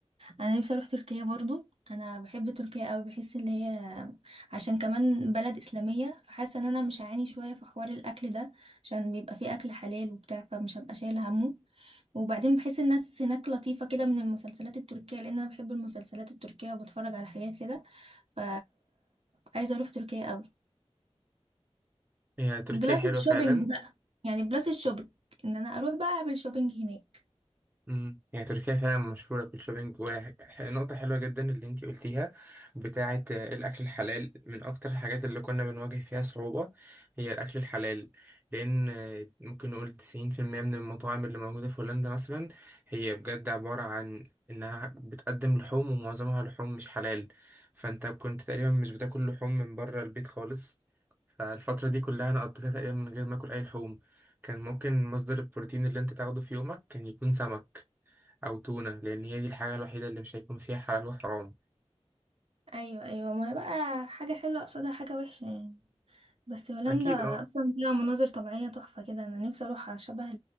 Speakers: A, on the right; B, on the right.
A: انا نفسي اروح تركيا برضو انا بحب تركيا قوي بحس ان هي عشان كمان بلد اسلاميه فحاسه ان انا مش هعاني شويه في حوار الاكل ده عشان بيبقى فيه اكل حلال وبتاع فمش هبقى شايله همه وبعدين بحس الناس هناك لطيفة كده من المسلسلات التركية لأن أنا بحب المسلسلات التركية وبتفرج على حاجات كده ف عايزة أروح تركيا قوي
B: هي تركيا
A: بلس
B: حلوة
A: الشوبينج
B: فعلا
A: بقى يعني بلس الشوبينج إن أنا أروح بقى أعمل شوبينج هناك
B: امم يعني تركيا فعلا مشهورة بالشوبينج ونقطة حلوة جدا اللي انتي قلتيها بتاعة آه، الأكل الحلال من أكتر الحاجات اللي كنا بنواجه فيها صعوبة هي الأكل الحلال لأن آه، ممكن نقول تسعين في المية من المطاعم اللي موجودة في هولندا مثلا هي بجد عبارة عن إنها بتقدم لحوم ومعظمها لحوم مش حلال فأنت كنت تقريبا مش بتاكل لحوم من بره البيت خالص فالفترة دي كلها أنا قضيتها تقريبا من غير ما أكل أي لحوم كان ممكن مصدر البروتين اللي أنت تاخده في يومك كان يكون سمك أو تونة لأن هي دي الحاجة الوحيدة اللي مش هيكون فيها حلال وحرام
A: أيوة أيوة ما هي بقى حاجة حلوة قصادها حاجة وحشة يعني بس هولندا
B: أكيد أه
A: أصلا فيها مناظر طبيعية تحفة كده أنا نفسي أروح شبه